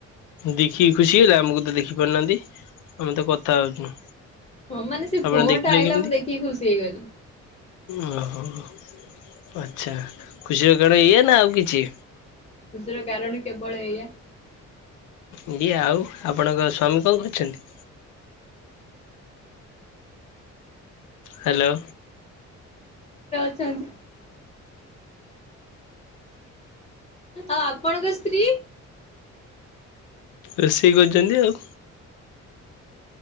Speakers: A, on the left; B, on the left.
A: ଦେଖିକି ଖୁସି ହେଲେ ଆମକୁ ତ ଦେଖିପାରୁନାହାଁନ୍ତି ଆମେତ କଥା ହଉଚୁ।
B: ହଁ ମାନେ ସେ
A: ଆପଣ
B: ଫୋନ
A: ଦେଖିଲେ
B: ଟା ଆଇଲା
A: କେମିତି
B: ମୁଁ ଦେଖିକି ଖୁସି ହେଇଗଲି
A: ଓହୋ। ଆଛା ଖୁସିର କଣ ଇଏ ନା ଆଉ କିଛି
B: ଖୁସିର କାରଣ କେବଳ ଏଇଆା
A: ଆଜ୍ଞା ଆଉ ଆପଣଙ୍କ ସ୍ୱାମୀ କଣ କରିଚନ୍ତି? ହାଲୋ।
B: ଚା ଏମତି ଆପଣଙ୍କ ସ୍ତ୍ରୀ?
A: ରୋଷେଇ କରୁଚନ୍ତି ଆଉ।